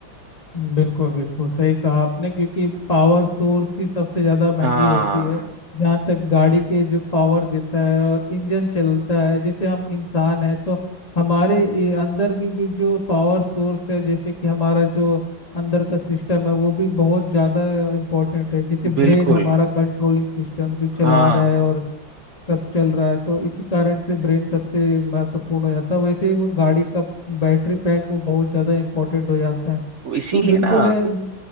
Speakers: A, on the left; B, on the right.
A: बिल्कुल बिल्कुल सही कहा आपने क्योंकि पावर सोर्स ही सबसे ज़्यादा महंगी
B: हाँ
A: होती है जहाँ तक गाड़ी के जो पावर देता है और इंजन चलता है जैसे हम इंसान है तो हमारे ए, अंदर भी, भी जो पावर सोर्स है जैसे कि हमारा जो अंदर का सिस्टम है वो भी बहुत ज़्यादा इम्पोर्टेंट है जैसे ब्रेन
B: बिल्कुल
A: हमारा कंट्रोलिंग सिस्टम जो चला
B: हाँ
A: रहा है और सब चल रहा है तो इसी कारण से ब्रेन सबसे महत्वपूर्ण हो जाता है वैसे ही वो गाड़ी का बैटरी पैक वो बहुत ज़्यादा इम्पोर्टेंट हो जाता है
B: तो इसीलिए
A: तो बिल्कुल
B: ना
A: है